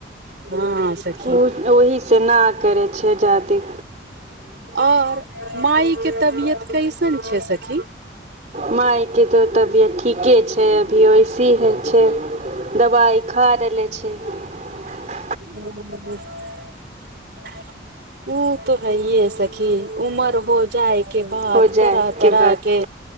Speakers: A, on the right (about 60°); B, on the right (about 40°).
A: हँ सखी
B: ओ ओहि से न करै छैजादी
A: और मााय के तबियत कैसन छै सखी
B: माय के तो त बीयत ठीके छै अभी ऐसे हे छै दवाई खा रहले छै छे
A: ह ह ओ तऽ है य सखी उमर हो जाए के बाद
B: हो जाइके
A: तरह तरह
B: बाद
A: के